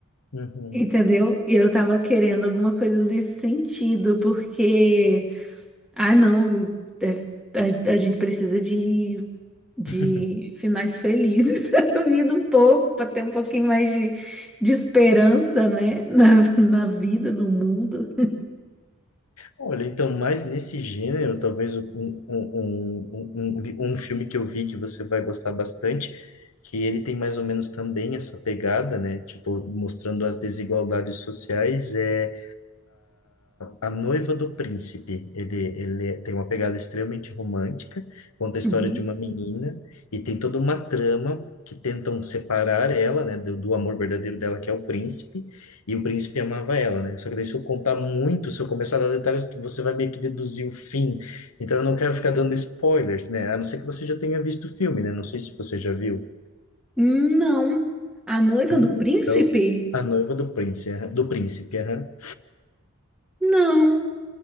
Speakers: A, on the left; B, in the centre.
A: Uhum.
B: Entendeu? E eu tava querendo alguma coisa nesse sentido, porque, ah, não, deve- a, a gente precisa de, de
A: <laughs>
B: finais felizes <laughs> na vida um pouco, para ter um pouquinho mais de, de esperança, né, <laughs> na, na vida, no mundo.
A: Olha, então, mais nesse gênero, talvez um, um, um, um, um um filme que eu vi que você vai gostar bastante, que ele tem mais ou menos também essa pegada, né? Tipo, mostrando as desigualdades sociais, é A Noiva do Príncipe. Ele, ele tem uma pegada extremamente romântica, conta a história
B: Uhum.
A: de uma menina e tem toda uma trama que tentam separar ela, né, do, do amor verdadeiro dela, que é o príncipe, e o príncipe amava ela, né? Só que daí se eu contar muito, se eu começar a dar detalhes, você vai meio que deduzir o fim. Então eu não quero ficar dando spoilers, né? A não ser que você já tenha visto o filme, né? Não sei se você já viu.
B: Não, a noiva
A: Não?
B: do príncipe?
A: Então, A Noiva do Príncipe, aham. do Príncipe, aham.
B: Não,